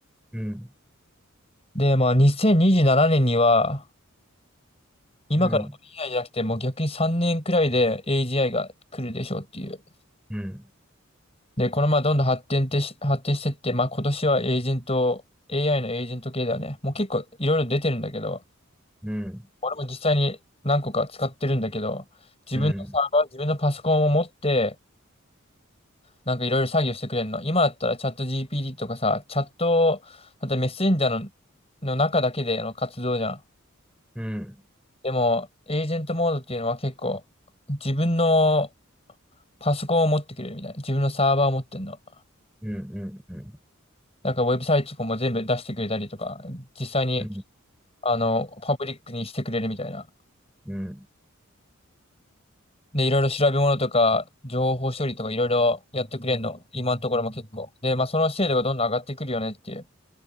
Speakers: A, in the centre; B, on the left.
A: うん。
B: で、まあ2027年にじゅうななねんには、今から5年以内じゃなくて、
A: うん。
B: もう逆に3年くらいで AGI が来るでしょうっていう。
A: うん。
B: で、このままどんどん発展ってし、発展してって、まあ今年はエージェント、AI のエージェント系だよね。もう結構いろいろ出てるんだけど、
A: うん。
B: 俺も実際に何個か使ってるんだけど、自分のサーバー、
A: うん。
B: 自分のパソコンを持って、なんかいろいろ作業してくれるの。今だったらチャット GPT とかさ、チャット、あとメッセンジャーの、の中だけでの活動じゃん。
A: うん。うん。
B: でも、エージェントモードっていうのは結構、自分のパソコンを持ってくれるみたいな。自分のサーバーを持ってんの。
A: うん。うん。
B: なんかウェブサイトとかも全部出してくれたりとか、実際に、
A: うん。
B: あの、パブリックにしてくれるみたいな。
A: うん。
B: で、いろいろ調べ物とか、情報処理とかいろいろやってくれるの。今のところも結構。で、まあ、その精度がどんどん上がってくるよねっていう。